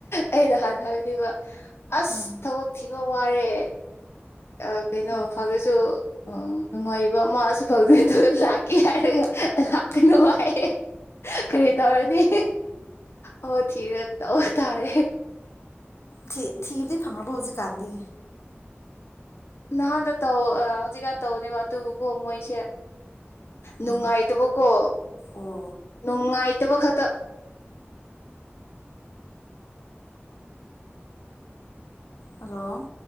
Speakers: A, on the left; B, on the left.
A: ꯑꯩꯅꯥ ꯍꯥꯟꯅ ꯍꯥꯏꯕꯅꯤꯕ ꯑꯁ
B: ꯑꯥ
A: ꯊꯕꯛ ꯊꯤꯕ ꯗꯣ ꯋꯥꯔꯦ ꯑ ꯀꯩꯅꯣ
B: ꯑꯥ
A: ꯐꯪꯉꯁꯨ ꯑꯣ ꯅꯨꯡꯉꯥꯏꯕ ꯃꯥꯁꯨ ꯐꯪꯗꯦꯗꯣ ꯂꯥꯛꯀꯦ ꯍꯥꯏꯔꯒ ꯂꯥꯛꯀꯅꯨ ꯍꯥꯏ ꯑꯩ ꯀꯔꯤ ꯇꯧꯔꯅꯤ ꯑꯣ ꯊꯤꯔꯥ ꯇꯧ ꯇꯥꯔꯦ
B: ꯊꯤ ꯊꯤꯕꯗꯤ ꯐꯪꯉꯥꯕꯣ ꯍꯧꯖꯤꯛꯀꯥꯟꯗꯤ
A: ꯅꯍꯥꯟꯗ ꯇꯧ ꯑ ꯍꯧꯖꯤꯛꯀꯥꯟ ꯇꯧꯅꯦꯕ ꯑꯗꯨꯕꯨꯀꯣ ꯃꯣꯏꯁꯦ
B: ꯎꯝ
A: ꯅꯨꯡꯉꯥꯏꯇꯕꯀꯣ
B: ꯑꯣ
A: ꯅꯨꯡꯉꯥꯏ ꯇꯕ ꯈꯇꯥ
B: ꯍꯜꯂꯣ